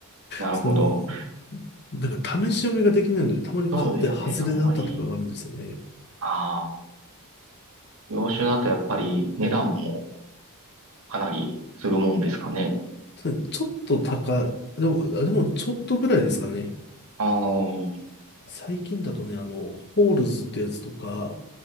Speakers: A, on the right; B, on the left.
A: なるほど。
B: その、なんか試し読みができないので、たまに買って外れだったとかがあるんですよね。
A: そうですね、あんまり、ああ、洋酒だとやっぱり値段もかなりするもんですかね。
B: とちょっと高い。でも、あでもちょっとぐらいですかね。
A: ああ、
B: 最近だとね、あの、ホールズってやつとか、